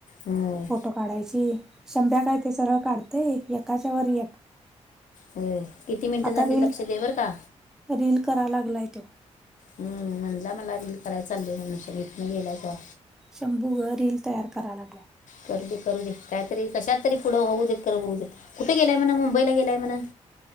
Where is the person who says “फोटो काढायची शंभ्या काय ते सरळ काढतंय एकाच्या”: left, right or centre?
Centre